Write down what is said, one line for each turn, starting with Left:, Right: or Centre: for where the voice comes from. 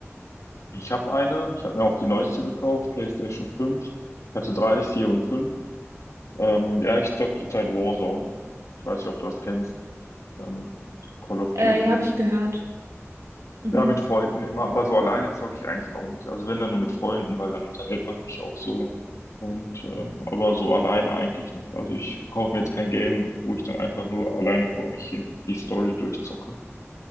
Left: Ich habe eine, ich habe mir auch die neueste gekauft, PlayStation 5. Ich hatte drei, vier und fünf. Ähm, ja, ich zocke zurzeit Warzone. Ich weiß nicht, ob du das kennst. Ähm, Call of Duty.
Right: Äh, ja, habe ich gehört. Mhm.
Left: Ja, mit Freunden immer, aber so alleine zocke ich eigentlich auch nicht. Also wenn dann nur mit Freunden, weil dann unterhält man sich auch so. Und ähm, aber so alleine eigentlich nicht. Also ich kaufe mir jetzt kein Game, wo ich dann einfach nur alleine vor mich hin die Story durchzocke.